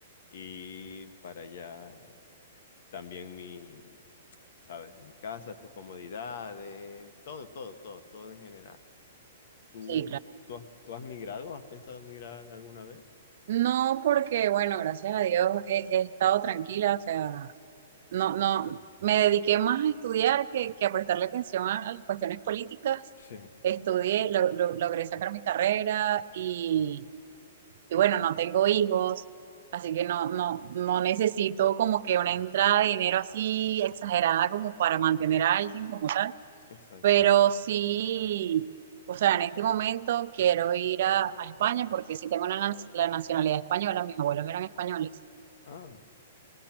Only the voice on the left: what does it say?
y ir para allá. También mi, sabes, mi casa, tus comodidades, todo, todo, todo, todo en general. ¿Tú,
tú has, tú has migrado? ¿Has pensado migrar alguna vez?
Sí,
exacto.
Ah,